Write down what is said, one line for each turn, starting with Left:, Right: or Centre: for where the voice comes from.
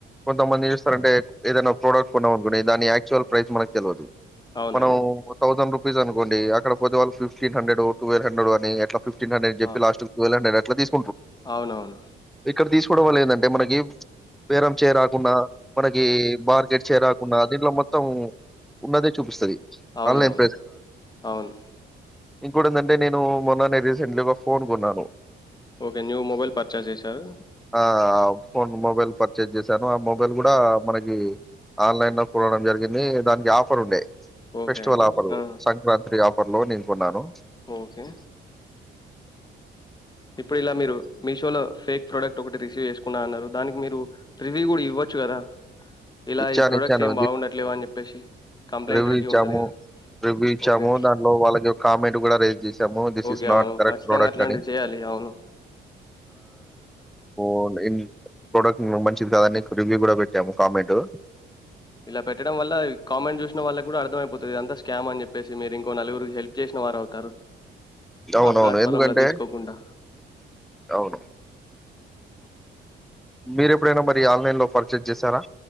Centre: కొంతమంది చూస్తారంటే ఏదైనా ప్రోడక్ట్ కొన్నాం అనుకుండి దాని యాక్చువల్ ప్రైస్ మనకు తెల్వదు
Left: అవునండి.
Centre: మనం థౌసండ్ రూపీస్ అనుకోండి అక్కడ పోతే వాళ్ళ ఫిఫ్టీన్ హండ్రెడ్, ట్వల్వ హండ్రెడ్ అని అట్లా. ఫిఫ్టీన్ హండ్రడ్ అని చెప్పి,
Left: ఆ!
Centre: లాస్ట్ కి ట్వీల్వ్ హ్రెడ్రెడ్ అన్ అట్లా దీస్
Left: అవునవును
Centre: ఇక్కడ తీసుకోవడం వల్ల ఏందటే మనకి బేరం చే రాకుండా మనకీ మార్కెట్ చే రాకుండా దీంట్లో మొత్తం ఉన్నదే చూపిస్తది
Left: అవునవును
Centre: ఆన్‌లైన్
Left: అవును
Centre: ఇంకోటి ఏందంటే నేను మొన్ననే రీసెంట్గా ఫోన్ కొన్నాను
Left: ఓకే న్యూ మొబైల్ పర్చేస్ చేశారు
Centre: ఆ ఫోన్ మొబైల్ పర్చేస్ చేశాను ఆ మొబైల్ కూడా మనకి ఆన్లైన్ లో కొనడం జరిగింది దానికి ఆఫర్ ఉండే
Left: ఓకే
Centre: ఫెస్టివల్
Left: అండి.
Centre: ఆఫర్
Left: ఆ!
Centre: సంక్రాంతి ఆఫ్ అప్పట్లో నేన్ కొన్నాను
Left: ఓకే. ఇప్పుడు ఇలా మీరు మీషో లో ఫేక్ ప్రోడక్ట్ ఒకటి రిసీవ్ చేసుకున్నా అన్నారు దానికి మీరు రివ్యూ కూడా ఇవ్వచ్చు గదా ఇలా
Centre: ఇచ్చాను
Left: ఈ ప్రొడక్ట్స్
Centre: ఇచ్చాను
Left: ఏం బాగుండట్లేవు అని చెప్పేసి కంప్లైంట్
Centre: రివ్యూ ఇచ్చాము
Left: ఉంటది కదా
Centre: రివ్యూ ఇచ్చాము
Left: ఓకే
Centre: దాంట్లో వాళ్ళకి ఒక కామెంట్ కూడా రేస్ జెస్ ము దిస్
Left: ఓకే
Centre: ఇస్ నాట్
Left: అవును
Centre: కరెక్ట్
Left: ఖచ్చితంగా
Centre: ప్రోడక్ట్
Left: అట్లాంటివి
Centre: అని
Left: చేయాలి అవును
Centre: పో ఇం ప్రోడక్ట్ మంచిది కాదని నీకు రివ్యూ కూడా పెట్టాము కామెంట్ హలో
Left: ఇలా పెట్టడం వల్ల కామెంట్ చూసిన వాళ్లక కూడా అర్థమయిపోతది ఇదంతా స్కామ్ అని చెప్పేసి మీరు ఇంకో నలుగురికి హెల్ప్ చేసిన వారు అవుతారు
Centre: అవునవును
Left: ఆ ప్లాట్ఫామ్
Centre: ఎందుకంటే
Left: లో తీసుకోకుండా
Centre: అవును మీరు ఎప్పుడైనా మరి ఆన్లైన్ లో పర్చేస్ చేశారా